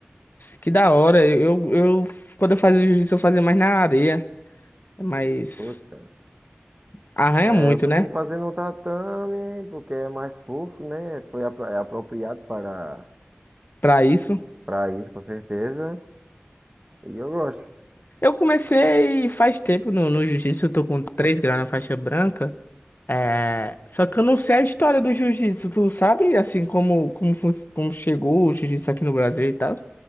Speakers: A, on the left; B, on the right.
A: Que da hora. Eu, eu, quando eu fazia jiu-jitsu, eu fazia mais na areia, mas
B: Putz, cara.
A: arranha
B: É,
A: muito,
B: eu costumo
A: né?
B: fazer no tatame porque é mais fofo, né? Foi apro- é apropriado para,
A: Pra isso.
B: para isso, com certeza. E eu gosto.
A: Eu comecei faz tempo no, no jiu-jitsu, eu tô com 3 graus na faixa branca. É... Só que eu não sei a história do jiu-jitsu, tu sabe, assim, como, como, fun- como chegou o jiu-jitsu aqui no Brasil e tal?